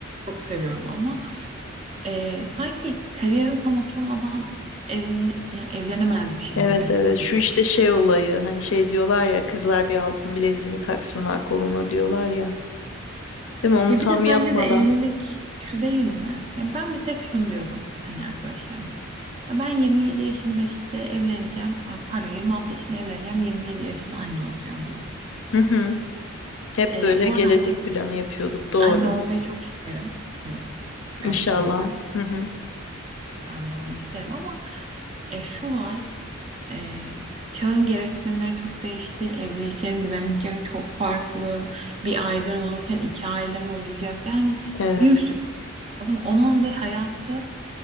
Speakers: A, on the right; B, on the left.
A: çok seviyorum ama e, sanki kariyerim tam oturmadan evli yani evlenemezmişim
B: Evet
A: gibi
B: evet
A: hissediyorum.
B: şu işte şey olayı hani şey diyorlar ya kızlar bir altın bileziğini taksınlar koluna diyorlar ya. Değil mi? Onu
A: Ya
B: tam
A: bir de sence
B: yapmadan.
A: de evlilik şu değil mi? Ya ben mesela hep şunu diyordum hani arkadaşlarıma. Ya ben 27 yaşında işte evleneceğim. Aa, Pardon 26 yaşında evleneceğim. yirmi yedi yaşında anne olacağım diyordum.
B: Hı hı. Hep
A: E,
B: böyle
A: bu
B: gelecek
A: arada hani
B: planı yapıyorduk. Doğru.
A: anne olmayı çok isterim. Hani erken
B: İnşallah.
A: yaşta
B: Hı hı.
A: işte anne olmayı isterim ama e, şu var e, çağın gereksinimleri çok değişti. Evliliklerin dinamikleri çok farklı. Bir ailen olurken iki ailen olacak. Yani
B: Evet.
A: bir sürü lazım. onunla hayatı